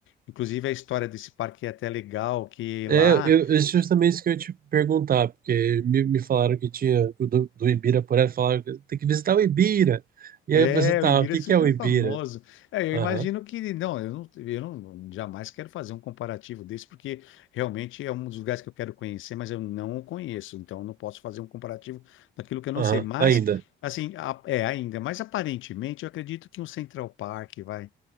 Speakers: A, on the left; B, on the right.
A: Inclusive a história desse parque é até legal, que
B: É,
A: lá
B: eu, eu- justamente isso que eu ia te perguntar, porque me, me falaram que tinha que o do, do Ibirapuera, falaram que tem que visitar o Ibira. E
A: É,
B: aí eu pensei, tá,
A: o Ibira
B: o que
A: é super
B: que é o Ibira?
A: famoso. É, eu
B: Aham,
A: imagino que, não, eu não, eu não- jamais quero fazer um comparativo desse, porque realmente é um dos lugares que eu quero conhecer, mas eu não o conheço, então eu não posso fazer um comparativo daquilo que eu
B: aham,
A: não sei. Mas,
B: ainda.
A: assim, a- é ainda, mas aparentemente eu acredito que um Central Park, vai,